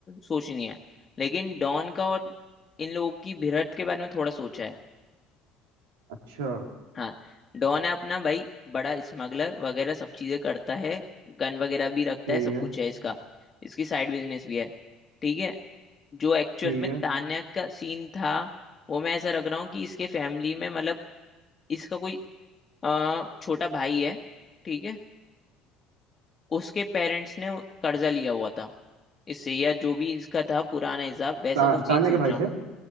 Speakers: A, on the left; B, on the right.
A: सोचनी है लेकिन डॉन का और इन लोगों की भिड़ंत के बारे में थोड़ा सोचा है
B: अच्छा
A: हाँ डॉन है अपना भाई बड़ा स्मगलर वगैरह सब चीजें करता है गन वगैरह भी रखता
B: ठीक
A: है सब
B: है
A: कुछ है इसका इसकी साइड बिजनेस भी है ठीक है जो एक्चुअल
B: ठीक
A: में
B: है
A: तान्या का सीन था वो मैं ऐसा रख रहा हूँ कि इसके फैमिली में मतलब इसका कोई अ, छोटा भाई है ठीक है उसके पेरेंट्स ने कर्जा लिया हुआ था इससे या जो भी इसका था पुराना हिसाब वैसा
B: ता,
A: कुछ सीन
B: तान्या
A: सोच
B: के भाई
A: रहा
B: से
A: हूँ